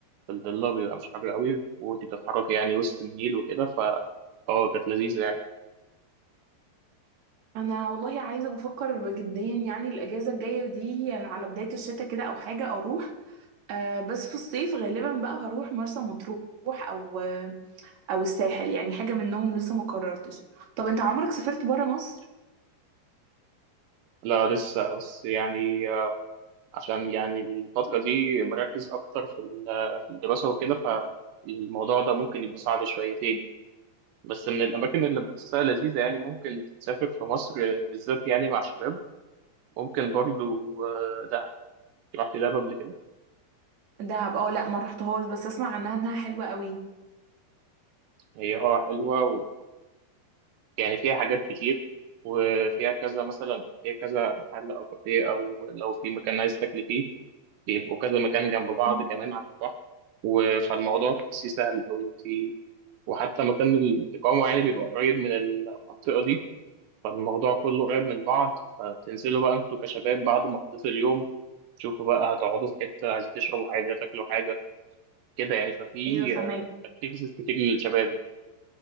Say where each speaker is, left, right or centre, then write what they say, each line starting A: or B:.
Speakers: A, on the right (about 80°); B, on the right (about 45°).
A: في الضلة بيبقى مش حر قوي وانت بتتحركي يعني وسط النيل وكده ف اه كانت لذيذة يعني
B: أنا والله عايزة بفكر بجديا يعني الأجازة الجاية دي على بداية الشتاء كده أو حاجة أروح آه، بس في الصيف غالبا بقى هروح مرسى مطروح أو آه، أو الساحل يعني حاجة منهم لسه ما قررتش طب أنت عمرك سافرت برا مصر؟
A: لا لسه بس يعني آه، عشان يعني الفترة دي مركز أكتر في ال- آه، في الدراسة وكده فالموضوع ده ممكن يبقى صعب شويتين يعني. بس من الأماكن اللي بحسها لذيذة يعني ممكن تسافر في مصر بالذات يعني مع شباب ممكن برضو آه، دهب رحت دهب قبل كده
B: دهب اه لا ما رحتهاش بس اسمع عنها انها حلوة قوي
A: هي اه حلوة يعني فيها حاجات كتير وفيها كذا مثلا فيها كذا محل أو كافيه أو لو في مكان عايز تاكل فيه بيبقوا كذا مكان جنب بعض
B: مم.
A: كمان على البحر و- فالموضوع تحسيه سهل أوي أنت وحتى مكان الإقامة يعني بيبقى قريب من المنطقة دي فالموضوع كله قريب من بعض فبتنزلوا بقى أنتوا كشباب بعد ما قضيت اليوم تشوفوا بقى هتقعدوا في حتة عايزين تشربوا حاجة تاكلوا حاجة كده يعني ففي
B: ايوه فاهمك
A: اكتيفيتيز كتير للشباب يعني